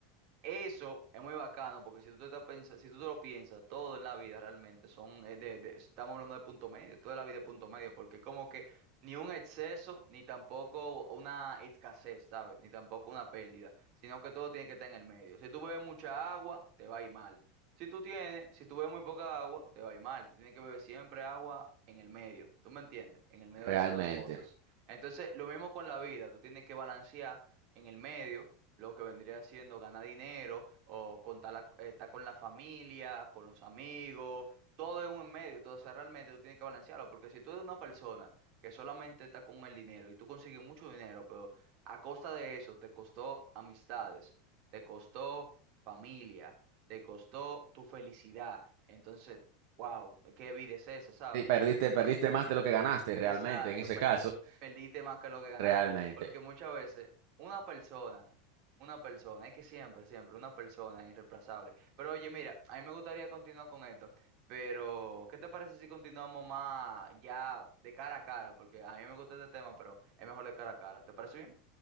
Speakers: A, on the right; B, on the right.
A: Eso es muy bacano porque si tú te estás pensa- si tú te lo piensas, todo en la vida realmente son eh, de, de- estamos hablando de punto medio, toda la vida es punto medio, porque como que ni un exceso, ni tampoco una escasez, ¿sabes? Ni tampoco una pérdida, sino que todo tiene que estar en el medio. Si tú bebes mucha agua, te va a ir mal. Si tú tienes, si tú bebes muy poca agua, te va a ir mal. Tú tienes que beber siempre agua en el medio. ¿Tú me entiendes? En el medio
B: realmente.
A: de esas dos cosas. Entonces, lo mismo con la vida, tú tienes que balancear en el medio lo que vendría siendo ganar dinero o contar la- eh, estar con la familia, con los amigos, todo es un en medio. Entonces realmente tú tienes que balancearlo, porque si tú eres una persona que solamente está con el dinero y tú consigues mucho dinero, pero a costa de eso te costó amistades, te costó familia, te costó tu felicidad, entonces, wow, qué vida es esa, ¿sabes?
B: Sí, perdiste, perdiste más de lo que ganaste, realmente,
A: Exacto,
B: en ese
A: per-
B: caso,
A: perdiste más que lo que ganaste,
B: realmente.
A: porque muchas veces una persona, una persona, es que siempre, siempre, una persona es irreemplazable. Pero oye, mira, a mí me gustaría continuar con esto, pero ¿qué te parece si continuamos más ya de cara a cara? Porque a mí me gusta este tema, pero es mejor de cara a cara. ¿Te parece bien?